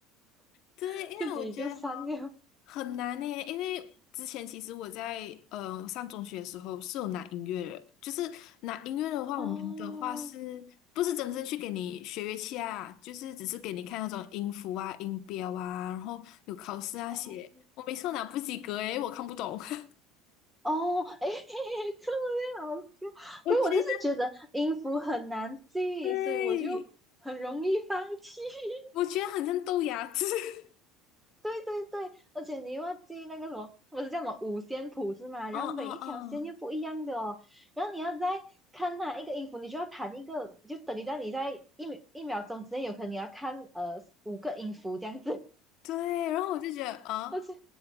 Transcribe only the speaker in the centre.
<laughs>
自己就算了
哦
哦。
哦，哎，<laughs> 这样好笑。
所以我就是觉得音符很难记，
所以我就很容易放弃。
<laughs>
对对对，而且你又要记那个什么，不是叫什么五线谱是吗？然后每一条线又不一样的哦，
然后你要再看哪一个音符，你就要弹一个，就等于在你在一秒一秒钟之内，有可能你要看呃五个音符这样子，
<laughs> 而且